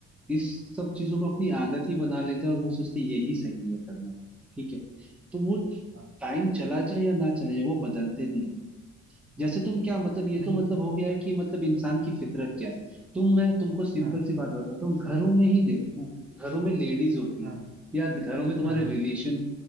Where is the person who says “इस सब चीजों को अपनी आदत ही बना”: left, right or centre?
Centre